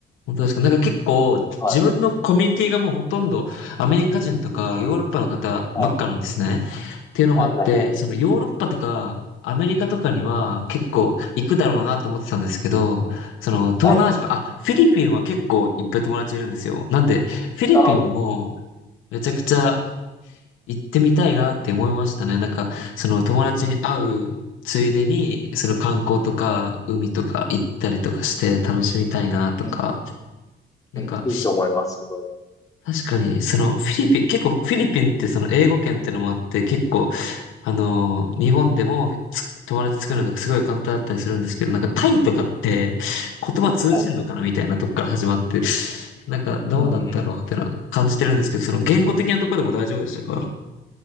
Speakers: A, on the left (about 85°); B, on the left (about 15°).
A: 本当ですかなんか結構自分のコミュニティがもうほとんどアメリカ人とかヨーロッパの方ばっかなんですね。
B: はい。はい。
A: っていうのもあって、
B: はい、はい、はい。
A: そのヨーロッパとかアメリカとかには結構行くだろうなと思ってたんですけど、その東南アジアか、
B: はい。
A: あ、フィリピンは結構いっぱい友達いるんですよ。なんでフィリピンも
B: ああ、う
A: めちゃくちゃ行ってみたいなって思いましたね。なんかその友達に会うついでにその観光とか海とか行ったりとかして楽しみたいなとか。
B: ん。
A: なんか
B: うん、いいと思います、すごい。
A: 確かに、そのフィリピン、結構フィリピンってその英語圏ってのもあって、結構、あのー日本でもつ友達作るのがすごい簡単だったりするんですけど、なんかタイとかって言葉通じんのかなみたいなとこから始まって、
B: はい。
A: なんかどうなんだろうってのは感じてるんですけど、
B: うん。
A: その言語的なところでも大丈夫でしたか